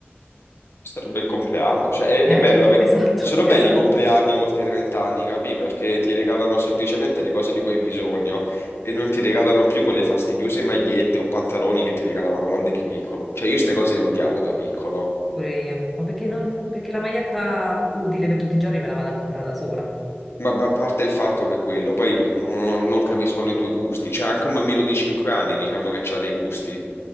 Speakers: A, on the left (about 70°); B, in the centre.
A: È stato un bel compleanno, cioè è,
B: Eh?
A: è bello, ave-
B: Esatto,
A: sono
B: <laughs>
A: belli
B: esatto.
A: i compleanni oltre i 30 anni, capì? Perché ti regalano semplicemente le cose di cui hai bisogno e non ti regalano più quelle fastidiose magliette o pantaloni che ti regalavano quando eri piccolo. Cioè io queste cose le odiavo da piccolo,
B: Pure io. Ma perché non... perché la maglietta utile per tutti i giorni me la vado a comprare da sola.
A: ma, ma a parte il fatto che quello, poi non, non- non capiscono i tuoi gusti, cioè anche un bambino di 5 anni diciamo che ha dei gusti,